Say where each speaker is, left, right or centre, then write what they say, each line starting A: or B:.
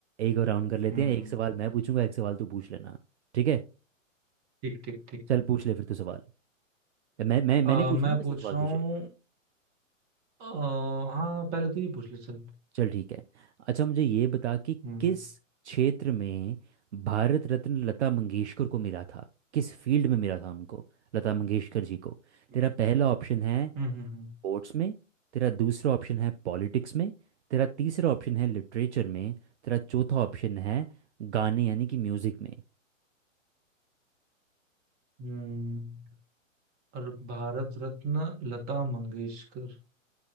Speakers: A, on the right; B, on the right.
A: एक और राउंड कर लेते
B: हम्म
A: हैं एक सवाल मैं पूछूंगा एक सवाल तू पूछ लेना ठीक है
B: ठीक ठीक ठीक
A: चल पूछ ले फिर तू सवाल मैं मैं मैंने
B: अ,
A: पूछा
B: मैं
A: ना वैसे
B: पूछ
A: सवाल
B: रहा हूँ
A: तुझे
B: अ, हाँ पहले तू ही पूछ ले चल
A: चल ठीक है अच्छा मुझे ये बता कि
B: हम्म
A: किस क्षेत्र में भारत रत्न लता मंगेशकर को मिला था किस फील्ड में मिला था उनको लता मंगेशकर जी को
B: हम्म
A: तेरा पहला ऑप्शन है
B: हम्म हम्म,
A: स्पोर्ट्स में तेरा दूसरा ऑप्शन है पॉलिटिक्स में तेरा तीसरा ऑप्शन है लिटरेचर में तेरा चौथा ऑप्शन है गाने यानी कि म्यूजिक में
B: हम्म। और भारत रत्न लता मंगेशकर